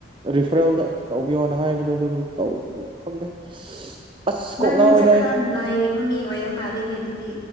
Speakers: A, on the right (about 25°); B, on the left (about 20°).
A: ꯔꯤꯐꯔꯦꯜꯗ ꯇꯧꯕꯤꯌꯣꯅ ꯍꯥꯏꯕꯗꯣ ꯑꯗꯨ ꯇꯧ ꯈꯪꯗꯦ ꯑꯁ
B: ꯅꯪꯁꯦ
A: ꯀꯣꯛ ꯉꯥꯎꯋꯦꯗ ꯑꯩ
B: ꯈꯔ ꯅꯩꯕ ꯃꯤ ꯑꯣꯏꯔ ꯃꯥꯜꯂꯤꯅꯦ ꯑꯗꯨꯗꯤ